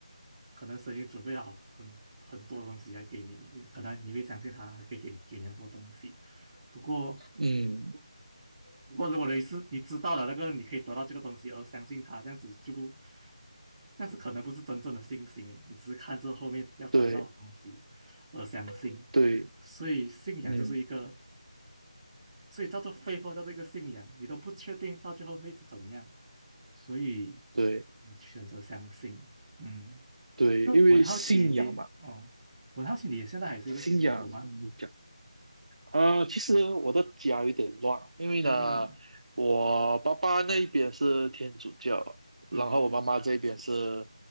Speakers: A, on the right; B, on the right.
A: 可能神已经准备好很很多东西来给你，可能你会相信他还可以给你给你很多东西。不过，
B: 嗯，
A: 不过如果你是你知道了那个你可以得到这个东西而相信他，这样子就不，这样子可能不是真正的信心诶，你只是看这后面要得到的东西
B: 对，
A: 而相信。
B: 对，
A: 所以，信仰就是一个
B: 嗯，
A: 所以叫做非佛教的一个信仰，你都不确定到最后会是怎样，所以
B: 对，
A: 你选择相信。嗯，
B: 对，
A: 就我很好奇你哦，
B: 因为信仰嘛，
A: 我很好奇你现在还是一个基督徒吗？
B: 信仰，嗯，呃，其实我的家有点乱，因为呢，
A: 嗯
B: 我爸爸那一边是天主教，
A: 嗯
B: 然后我妈妈这边是